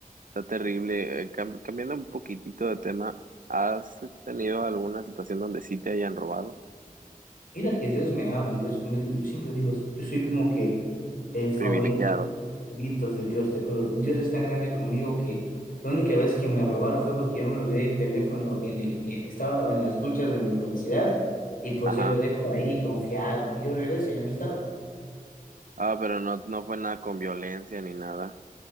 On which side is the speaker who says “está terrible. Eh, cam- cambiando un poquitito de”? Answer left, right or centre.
Right